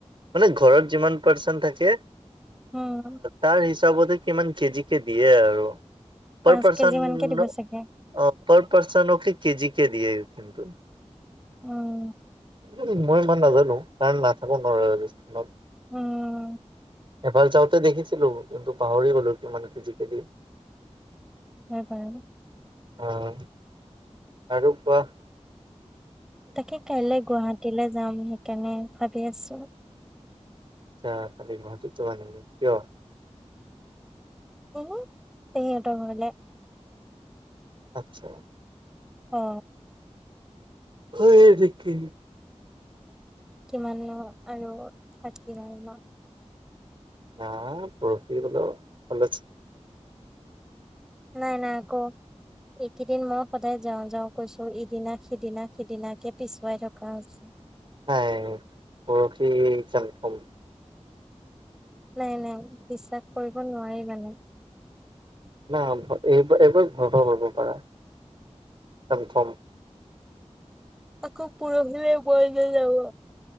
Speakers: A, on the right; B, in the centre.
A: মানে ঘৰত যিমান পাৰ্চন থাকে
B: উম
A: তাৰ হিচাপতে কিমান কেজি কে দিয়ে আৰু
B: পাঁচ
A: তাৰ পাছত
B: কেজি
A: <inaudible> অ
B: মানকে দিব চাগে
A: পা পাৰ্চনক কেজি কে দিয়ে কিন্তু।
B: উম।
A: উম, মই ইমান নাজানো কাৰণ নাথাকো নোৱাৰো ৰাজস্থানত।
B: উম
A: এবাৰ যাওঁতে দেখিছিলো কিন্তু পাহৰি গলো কি মানে কেজিকে দিয়ে।
B: সেই পাই
A: অ' আৰু কোৱা?
B: তাকে কাইলে গুৱাহাটীলৈ যাম সেইকাৰণে ভাবি আছো
A: আচ্ছা, কালি গুৱাহাটীৰ যাবা নেকি কিয়?
B: এনে পেহীহতৰ ঘৰলে।
A: আচ্ছা।
B: অ।
A: হয় নেকি?
B: কিমাননো আৰু থাকিম ন।
A: বা পৰখি হলেও কলেজ
B: নাই নাই ক এইকেইদিন মই সদায় যাওঁ যাওঁ কৈছো ইদিনা সিদিনা সিদিনাকে পিছুৱাই থকা হৈছে।
A: হাই পৰখি তেতিয়া কন
B: নাই নাই বিশ্বাস কৰিব নোৱাৰি মানে।
A: না এইব এইবাৰ কণফৰ্ম কৰিব পাৰা কণফৰ্ম।
B: আকৌ পৰহিলে মন নাযাব।